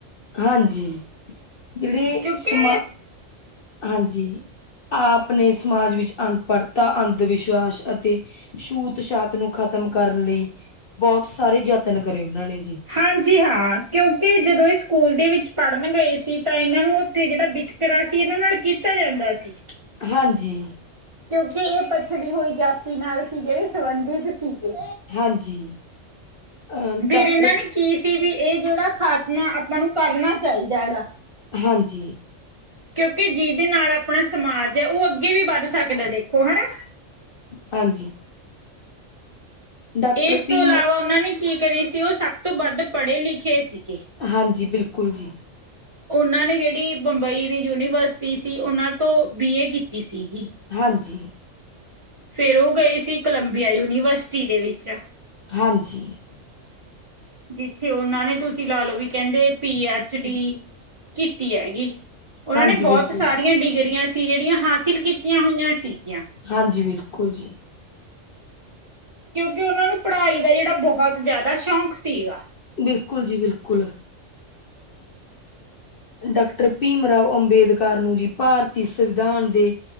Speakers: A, on the left (about 55°); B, on the right (about 25°).
A: ਹਾਂਜੀ। ਜਿਹੜੇ
B: ਕਿਉਂਕਿ
A: ਸਮਾ ਹਾਂਜੀ। ਆਪ ਨੇ ਸਮਾਜ ਵਿਚ, ਅਨਪੜਤਾ, ਅੰਧ ਵਿਸ਼ਵਾਸ ਅਤੇ ਛੂਤ- ਛਾਤ ਨੂੰ ਖਤਮ ਕਰਨ ਲਈ, ਬਹੁਤ ਸਾਰੇ ਯਤਨ ਕਰੇ। ਉਹਨਾ ਨੇ ਜੀ।
B: ਹਾਂਜੀ ਹਾਂ। ਕਿਉਕਿ, ਜਦੋਂ ਇਹ ਸਕੂਲ ਦੇ ਵਿਚ, ਪੜਨ ਗਏ ਸੀ। ਤਾਂ ਇਹਨਾਂ ਨੂੰ, ਉਥੇ ਜਿਹੜਾ ਬ ਤਰਾਂ ਸੀ। ਇਹਨਾ ਨਾਲ ਕੀਤਾ ਜਾਂਦਾ ਸੀ।
A: ਹਾਂਜੀ।
B: ਕਿਉਂਕਿ ਇਹ, ਪਛੜੀ ਹੋਈ ਜਾਤੀ ਨਾਲ ਸੀ, ਜਿਹੜੇ ਸੰਬੰਧਿਤ ਸੀਗੇ।
A: ਹਾਂਜੀ। ਅਹ
B: ਫੇਰ
A: ਡਾਕਟਰ
B: ਇਹਨਾਂ ਨੇ, ਕੀ ਸੀ ਵੀ, ਇਹ ਜਿਹੜਾ ਖਾਤਮਾ, ਆਪਾਂ ਨੂੰ ਕਰਨਾ ਚਾਹੀਦਾ ਹੈਗਾ।
A: ਹਾਂਜੀ।
B: ਕਿਉਂਕਿ ਜਿਹਦੇ ਨਾਲ, ਆਪਣਾ ਸਮਾਜ ਹੈ, ਉਹ ਅੱਗੇ ਵੀ, ਵੱਧ ਸਕਦਾ, ਦੇਖੋ ਹਨਾ।
A: ਹਾਂਜੀ। ਡਾਕਟਰ
B: ਇਸ
A: ਭੀਮ
B: ਤੋਂ ਇਲਾਵਾ, ਉਹਨਾਂ ਨੇ ਕੀ ਕਰੀ ਸੀ। ਉਹ ਸਭ ਤੋਂ ਵੱਧ, ਪੜੇ- ਲਿਖੇ ਸੀਗੇ।
A: ਹਾਂਜੀ, ਬਿਲਕੁਲ ਜੀ।
B: ਉਹਨਾਂ ਨੇ, ਜਿਹੜੀ ਬੰਬਈ ਦੀ ਯੂਨੀਵਰਸਿਟੀ ਸੀ। ਉਹਨਾਂ ਤੋਂ ਬੀ ਏ, ਕੀਤੀ ਸੀਗੀ।
A: ਹਾਂਜੀ।
B: ਫੇਰ, ਉਹ ਗਏ ਸੀ। ਕੋਲੰਬੀਆ ਯੂਨੀਵਰਸਿਟੀ, ਦੇ ਵਿੱਚ।
A: ਹਾਂਜੀ।
B: ਜਿੱਥੇ ਉਹਨਾਂ ਨੇ ਤੁਸੀਂ ਲਾ ਲਓ ਵੀ ਕਹਿੰਦੇ ਪੀ ਐਚ ਡੀ ਕੀਤੀ ਹੈਗੀ। ਉਹਨਾਂ
A: ਹਾਂਜੀ
B: ਨੇ ਬਹੁਤ
A: ਬਿਲਕੁਲ
B: ਸਾਰੀਆਂ
A: ਜੀ
B: ਡਿਗਰੀਆਂ ਸੀ ਜਿਹੜੀਆਂ ਹਾਸਿਲ ਕੀਤੀਆਂ ਹੋਈਆਂ ਸੀਗੀਆਂ
A: ਹਾਂਜੀ ਬਿਲਕੁਲ ਜੀ।
B: ਕਿਉਂਕਿ ਉਹਨਾਂ ਨੂੰ ਪੜ੍ਹਾਈ ਦਾ ਜਿਹੜਾ ਬਹੁਤ ਜ਼ਿਆਦਾ ਸ਼ੌਕ ਸੀਗਾ।
A: ਬਿਲਕੁਲ ਜੀ ਬਿਲਕੁਲ। ਡਾਕਟਰ ਭੀਮ ਰਾਓ ਅੰਬੇਦਕਰ ਨੂੰ ਭਾਰਤੀ ਸੰਵਿਧਾਨ ਦੇ